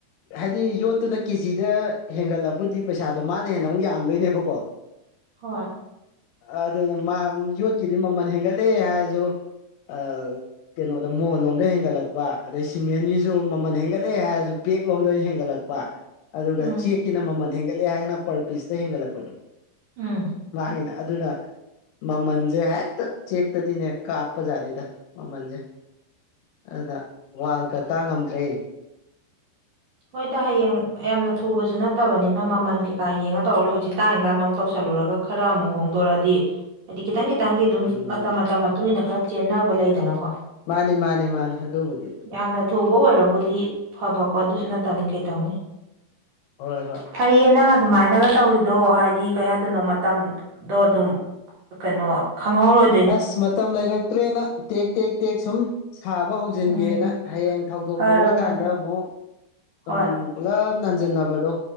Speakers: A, on the left; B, on the right.
A: ꯍꯥꯏꯗꯤ ꯌꯣꯠꯇꯨꯅ ꯀꯦꯖꯤꯗ ꯍꯦꯟꯒꯠꯂꯕꯨꯗꯤ ꯄꯩꯁꯥꯗꯣ ꯃꯥꯅ ꯍꯦꯟꯅ ꯑꯃꯨꯛ ꯌꯥꯝꯗꯣꯏꯅꯦꯕꯀꯣ
B: ꯍꯣꯏ
A: ꯑꯗꯨ <unintelligible> ꯌꯣꯠꯀꯤꯗꯤ ꯃꯃꯜ ꯍꯦꯟꯒꯠꯂꯦ ꯍꯥꯏꯔꯖꯨ ꯑꯥ ꯀꯩꯅꯣꯗ ꯃꯣꯟ ꯂꯣꯝꯗ ꯍꯦꯟꯒꯠꯂꯛꯄ ꯑꯗꯩ ꯁꯤꯃꯦꯟꯒꯤꯁꯨ ꯃꯃꯟ ꯍꯦꯟꯒꯠꯂꯦ ꯍꯥꯏꯔꯁꯨ ꯕꯦꯛꯂꯣꯝꯗ ꯑꯣꯏꯅ ꯍꯦꯟꯒꯠꯂꯛ ꯄ ꯑꯗꯨꯒ
B: ꯎꯝ
A: ꯆꯦꯛꯀꯤꯅ ꯃꯃꯟ ꯍꯦꯟꯒꯠꯂꯦ ꯍꯥꯏꯔꯒꯅ ꯄꯔ ꯄꯤꯁꯇ ꯍꯦꯟꯒꯠꯂꯛꯄꯗꯨ
B: ꯎꯝ
A: ꯃꯥꯥꯒꯤꯅꯥ ꯑꯗꯨꯅ ꯃꯃꯜꯁꯦ ꯍꯦꯛꯇ ꯆꯦꯛꯇꯗꯤꯅꯦ ꯀꯥꯞꯄꯖꯥꯠꯅꯤꯗ ꯃꯃꯜꯁꯦ ꯑꯗꯨꯅ ꯋꯥꯜ ꯀ ꯀꯥ ꯉꯝꯗ꯭ꯔꯦ
B: ꯍꯣꯏꯗ ꯍꯌꯦꯡ ꯌꯥꯝꯅ ꯊꯨꯕꯁꯨ ꯅꯠꯇꯕꯅꯤꯅ ꯃꯃꯜ ꯀꯩꯀꯥ ꯌꯦꯡꯉ ꯇꯧꯔ ꯂꯣꯏ ꯍꯧꯖꯤꯛ ꯇꯥꯡꯉꯤꯀꯥꯟꯗ ꯑꯃꯨꯛ ꯇꯧꯁꯜꯂꯨꯔꯒ ꯈꯔ ꯑꯃꯨꯛ ꯍꯣꯡꯗꯣꯔꯛꯑꯗꯤ ꯈꯤꯇꯪ ꯈꯤꯇꯪꯗꯤ ꯑꯗꯨꯝ
A: ꯎꯝ
B: ꯃꯇꯝ ꯃꯇꯝ ꯃꯇꯨꯡ ꯏꯟꯅ ꯈꯔ ꯆꯦꯟꯅꯕ ꯂꯩꯗꯅꯀꯣ
A: ꯃꯥꯅꯤ ꯃꯥꯅꯤ ꯃꯥꯅꯤ ꯑꯗꯨꯕꯨꯗꯤ
B: ꯌꯥꯝꯅ ꯊꯨꯕ ꯑꯣꯏꯔꯕꯨꯗꯤ ꯐꯕꯀꯣ ꯑꯗꯨꯁꯨ ꯅꯠꯇꯝꯅꯤ ꯀꯩꯇꯧꯅꯤ
A: ꯍꯣꯏ ꯍꯣꯏ
B: ꯐꯩꯌꯦ ꯅꯪ ꯑꯗꯨꯃꯥꯏꯅꯒ ꯇꯧꯔꯤꯗꯣ ꯍꯥꯏꯗꯤ ꯀꯩ ꯍꯥꯏꯗꯣꯏꯅꯣ ꯃꯇꯝꯗꯣ ꯑꯗꯨꯝ ꯀꯅꯣ ꯈꯪꯍꯧꯔꯣꯏ
A: ꯑꯁ ꯃꯇꯝ ꯂꯩꯔꯛꯇ꯭ꯔꯦꯅ ꯇꯦꯛ ꯇꯦꯛ ꯇꯦꯛ ꯁꯨꯝ ꯁꯥꯕ ꯍꯧꯖꯤꯟꯒꯦꯅ
B: ꯎꯝ
A: ꯍꯌꯦꯡ ꯊꯧꯗꯣꯛ
B: ꯐꯔꯕꯅꯦ
A: ꯊꯣꯛꯂꯛꯀꯥꯟꯗ ꯑꯃꯨꯛ ꯁꯨꯝ
B: ꯍꯣꯏ
A: ꯄꯨꯂꯞ ꯅꯟꯖꯤꯟꯅꯕꯗꯣ